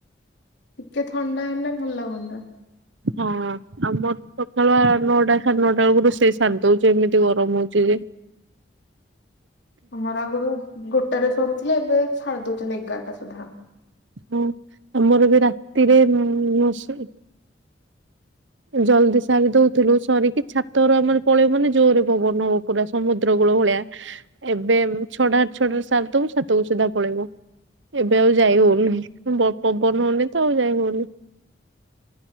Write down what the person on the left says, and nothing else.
ଟିକେ ଥଣ୍ଡା ହେଲେ ଭଲ ଲାଗନ୍ତା।
ଆମର ଆଗରୁ ଗୋଟାରେ ସରୁଥିଲେ ଏବେ ଛାଡି ଦଉଛନ୍ତି ଏଗାରଟା ସୁଦ୍ଧା।